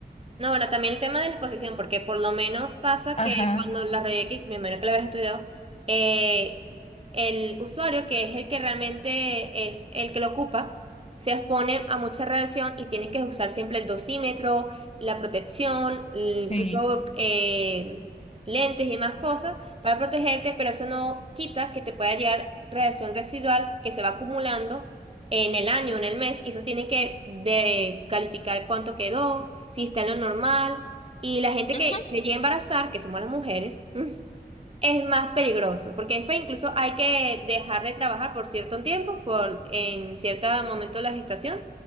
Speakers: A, on the right (about 35°); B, on the left (about 40°).
A: No, bueno, también el tema de la exposición, porque por lo menos pasa
B: Ajá,
A: que cuando la review, que me imagino que lo habéis estudiado, eh, el usuario, que es el que realmente es el que lo ocupa, se expone a mucha radiación y tiene que usar siempre el dosímetro, la protección, l-
B: sí.
A: incluso eh, lentes y más cosas para protegerte, pero eso no quita que te pueda llegar radiación residual que se va acumulando en el año, en el mes, y eso tiene que ver, calificar cuánto quedó, si está en lo normal. Y la gente
B: Ujú.
A: que se llega a embarazar, que somos las mujeres, <laughs> mm, es más peligroso, porque después incluso hay que dejar de trabajar por cierto tiempo, por en cierto momento de la gestación,